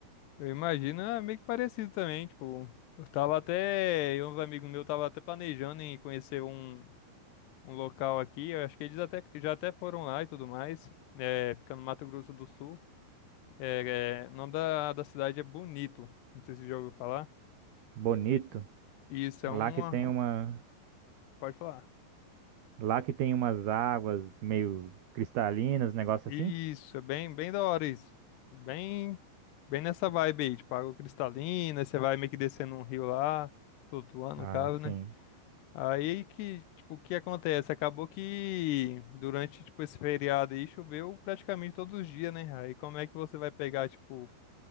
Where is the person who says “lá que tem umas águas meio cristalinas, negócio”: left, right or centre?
Right